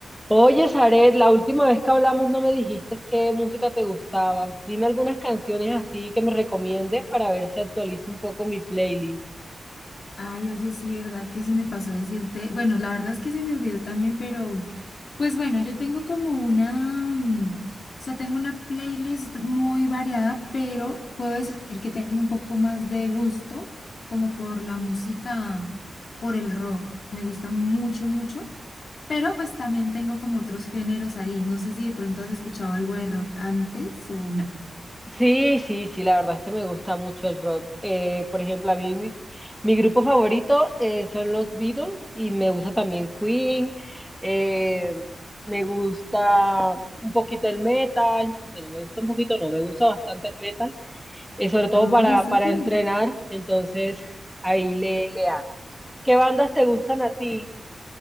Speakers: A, in the centre; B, on the left (about 60°).
A: Oye, Zaret, la última vez que hablamos no me dijiste qué música te gustaba. Dime algunas canciones así que me recomiendes para ver si actualizo un poco mi playlist.
B: Ay, oye, sí, ¿verdad? Que se me pasó decirte. Bueno, la verdad es que se me olvidó también, pero pues bueno, yo tengo como una, mm, o sea, tengo una playlist muy variada, pero puedo decir que tengo un poco más de gusto como por la música, por el rock. Me gusta mucho, mucho, pero pues también tengo como otros géneros ahí. No sé si de pronto has escuchado algo de rock antes o no.
A: Sí, sí, sí, la verdad es que me gusta mucho el rock. Eh, por ejemplo, a mí mi, mi grupo favorito eh, son los Beatles y me gusta también Queen. eh, me gusta un poquito el metal. Bueno, me gusta un poquito, no, me gusta bastante el metal, eh, sobre todo
B: Ay,
A: para,
B: súper.
A: para entrenar. Entonces, ahí le, le hago. ¿Qué bandas te gustan a ti?